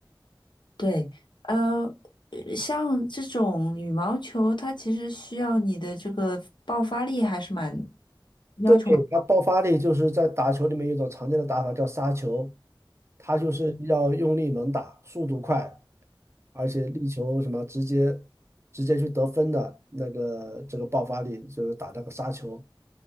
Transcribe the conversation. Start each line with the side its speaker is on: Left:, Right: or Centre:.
Left: 对，呃，呃像这种羽毛球，它其实需要你的这个爆发力还是蛮要求蛮。
Right: 对，它爆发力就是在打球里面有一种常见的打法叫杀球，它就是要用力猛打，速度快，而且力求什么直接直接去得分的那个这个爆发力，就是打那个杀球。